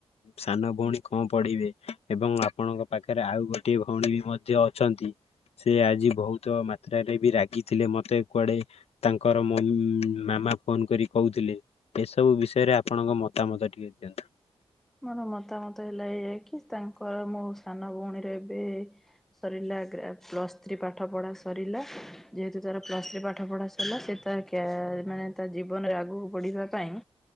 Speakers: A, on the left; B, in the centre.
A: ସାନ ଭଉଣୀ କଣ ପଢିବେ ଏବଂ ଆପଣଙ୍କ ପାଖରେ ଆଉ ଗୋଟିଏ ଭଉଣୀ ବି ମଧ୍ୟ ଅଛନ୍ତି। ସିଏ ଆଜି ବହୁତ ମାତ୍ରାରେ ବି ରାଗିଥିଲେ ମତେ କୁଆଡେ ତାଙ୍କର ମମ୍ ମାମା ଫୋନ କରି କହୁଥିଲେ। ଏସବୁ ବିଷୟରେ ଆପଣଙ୍କ ମତାମତ ଟିକେ ଦିଅନ୍ତୁ।
B: ମୋର ମତାମତ ହେଲା ଏୟା କି ତାଙ୍କର ମୋ ସାନ ଭଉଣୀରେ ଏବେ ସରିଲା ଗ୍ରା ପ୍ଲସ୍ ଥ୍ରୀ ପାଠ ପଢ଼ା ସରିଲା। ଯେହେତୁ ତାର ପ୍ଲସ୍ ଥ୍ରୀ ପାଠ ପଢ଼ା ସରିଲା। ସେତେବେଳ ତା ମାନେ ତା ଜୀବନରେ ଆଗକୁ ବଢ଼ିବା ପାଇଁ